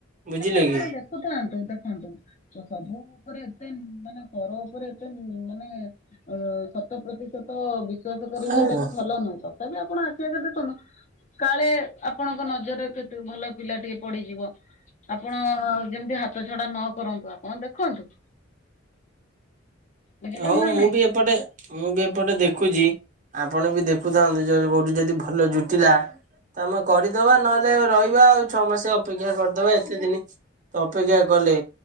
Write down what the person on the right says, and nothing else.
ବୁଝିଲେ
କି?
ଆଜ୍ଞା।
ହଉ
ମୁଁ
ବି ଏପଟେ ମୁଁ ବି ଏପଟେ ଦେଖୁଛି, ଆପଣ ବି ଦେଖୁଥାନ୍ତୁ, ଯଦି କୋଉଠି ଯଦି ଭଲ ଜୁଟିଲା ତମେ କରିଦବା, ନହେଲେ ରହିବା ଆଉ ଛଅ ମାସ ଅପେକ୍ଷା କରିଦବା ଏତେ ଦିନ ତ ଅପେକ୍ଷା କଲେ,